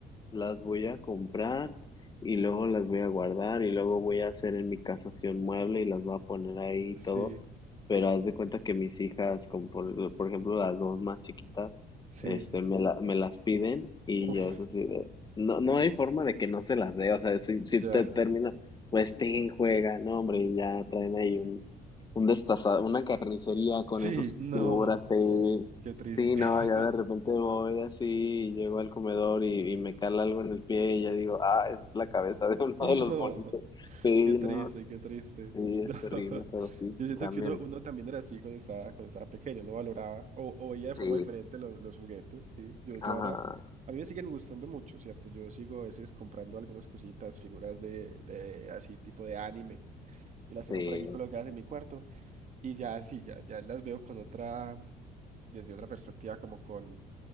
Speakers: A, on the left; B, on the right.
A: Las voy a comprar y luego las voy a guardar y luego voy a hacer en mi casa así un mueble y las voy a poner ahí y
B: Sí.
A: todo. Pero haz de cuenta que mis hijas, como por, por ejemplo las dos más chiquitas,
B: Sí.
A: este, me, la- me las piden y
B: Uf.
A: yo es así de, no, no hay forma de que no se las dé. O sea, si, si
B: Ya.
A: te termina, pues te juega, no hombre, y ya traen ahí un, un destaza- una carnicería con
B: Sí,
A: esas
B: no,
A: figuras ahí
B: qué triste.
A: Sí, no,
B: <laughs>
A: ya de repente voy así, y llego al comedor y, y me cala algo en el pie y ya digo, ah, es la cabeza de <laughs> uno
B: No,
A: de los monitos. Sí,
B: qué triste,
A: no,
B: qué triste.
A: sí,
B: No,
A: es
B: <laughs>
A: terrible, pero sí,
B: Yo siento
A: cambian.
B: que uno, uno también era así cuando estaba, cuando estaba pequeño, no valoraba o, o veía
A: Sí,
B: de forma diferente los, los juguetes, ¿sí? Yo, yo
A: ajá,
B: ahora, a mí me siguen gustando mucho, ¿cierto? Yo sigo a veces comprando algunas cositas, figuras de, de así tipo de anime, y las
A: sí,
B: tengo por aquí colocadas en mi cuarto, Y ya, sí, ya, ya las veo con otra, desde otra perspectiva, como con,